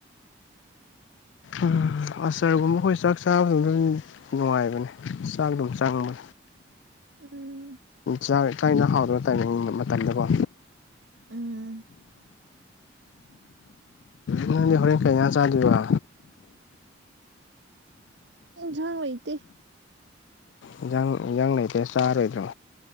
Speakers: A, on the left (about 85°); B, on the right (about 80°).
A: ꯎꯝ ꯑꯆꯔꯒꯨꯝꯕ ꯑꯩꯈꯣꯏ ꯆꯥꯛ ꯆꯥꯕꯗ ꯑꯗꯨꯝ ꯅꯨꯡꯉꯥꯏꯕꯅꯦ ꯆꯥꯛ ꯑꯗꯨꯝ ꯆꯪꯕꯅꯤ
B: ꯎꯝ
A: ꯆꯥꯛ ꯏꯟꯖꯥꯡ ꯍꯥꯎꯇꯕ ꯇꯥꯏꯃꯤꯡ ꯃꯇꯝꯗꯀꯣ
B: ꯎꯝ
A: ꯅꯪꯗꯤ ꯍꯣꯔꯦꯟ ꯀꯩꯖꯥꯡ ꯆꯥꯗꯣꯏꯕ
B: ꯏꯟꯖꯥꯡ ꯂꯩꯇꯦ
A: ꯏꯟꯖꯥꯡ ꯏꯟꯖꯥꯡ ꯂꯩꯇꯦ ꯆꯥꯔꯣꯏꯗ꯭ꯔꯣ